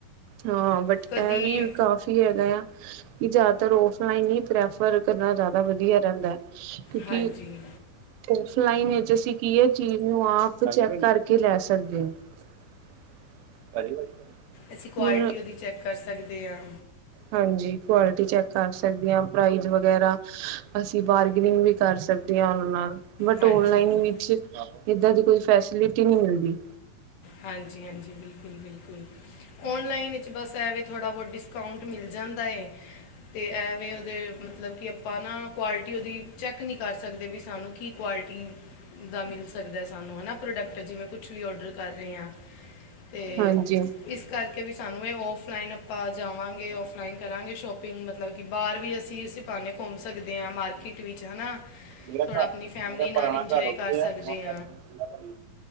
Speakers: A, on the right (about 90°); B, on the left (about 85°).
A: ਹਾਂ ਬਟ
B: ਕਦੀ
A: ਇਹ ਵੀ ਕਾਫੀ ਹੈਗਾ ਯਾਂ ਕਿ ਜ਼ਿਆਦਾਤਰ ਔਫਲਾਈਨ ਹੀ ਪ੍ਰੈਫਰ ਕਰਨਾ ਜ਼ਿਆਦਾ ਵਧੀਆ ਰਹਿੰਦਾ ਹੈ ਕਿਉਂਕਿ
B: ਹਾਂਜੀ
A: ਔਫਲਾਈਨ ਵਿੱਚ ਅਸੀਂ ਕੀ ਹੈ ਚੀਜ਼ ਨੂੰ ਆਪ ਚੈੱਕ ਕਰਕੇ ਲੈ ਸਕਦੇ ਹਾਂ <unintelligible>
B: ਅਸੀਂ ਕੁਆਲਿਟੀ
A: ਹੁਣ
B: ਉਹਦੀ ਚੈੱਕ ਕਰ ਸਕਦੇ ਹਾਂ
A: ਹਾਂਜੀ ਕੁਆਲਿਟੀ ਚੈੱਕ ਕਰ ਸਕਦੇ ਹਾਂ ਪ੍ਰਾਈਜ਼ ਵਗੈਰਾ ਅਸੀਂ ਬਾਰਗਨਿੰਗ ਵੀ ਕਰ ਸਕਦੀ ਹ ਉਹਨਾਂ ਨਾਲ ਬਟ
B: ਹਾਂਜੀ
A: ਓਨਲਾਈਨ ਵਿੱਚ ਏਦਾਂ ਦੀ ਕੋਈ ਫੈਸਿਲਿਟੀ ਨਹੀਂ ਮਿਲਦੀ
B: ਹਾਂਜੀ ਹਾਂਜੀ ਬਿਲਕੁਲ ਬਿਲਕੁਲ ਔਨਲਾਈਨ ਵਿੱਚ ਬਸ ਐਵੇਂ ਥੋੜਾ ਬਹੁਤ ਡਿਸਕਾਊਂਟ ਮਿਲ ਜਾਂਦਾ ਏ ਤੇ ਐਵੇ ਉਹਦੇ ਮਤਲਬ ਕਿ ਆਪਾਂ ਨਾ ਕੁਆਲਿਟੀ ਉਹਦੀ ਚੈੱਕ ਨਹੀਂ ਕਰ ਸਕਦੇ ਵੀ ਸਾਨੂੰ ਕੀ ਕੁਆਲਿਟੀ ਦਾ ਮਿਲ ਸਕਦਾ ਸਾਨੂੰ ਹੈ ਨਾ ਪ੍ਰੋਡਕਟ ਜਿਵੇਂ ਕੁਛ ਵੀ ਔਡਰ ਕਰ ਰਹੀ ਹਾਂ ਤੇ
A: ਹਾਂਜੀ
B: ਇਸ ਕਰਕੇ ਵੀ ਸਾਨੂੰ ਇਹ ਔਫਲਾਈਨ ਬਾਹਰ ਜਾਵਾਂਗੇ ਔਫਲਾਈਨ ਕਰਾਂਗੇ ਸ਼ੋਪਿੰਗ ਮਤਲਬ ਕਿ ਬਾਹਰ ਵੀ ਅਸੀਂ ਸਿਫ ਹੱਲੇ ਘੁੰਮ ਸਕਦੇ ਹਾਂ ਮਾਰਕੀਟ ਵਿੱਚ ਹਨਾ
A: ਮੇਰਾ
B: ਥੋੜਾ
A: ਘਰ
B: ਆਪਣੀ ਫੈਮਿਲੀ
A: ਮੇਰਾ
B: ਨਾਲ
A: ਪੁਰਾਣਾ
B: ਇੰਜੋਏ
A: ਘਰ ਓਥੇ
B: ਕਰ ਸਕਦੇ
A: ਆ ਨਵਾਂ ਘਰ <unintelligible>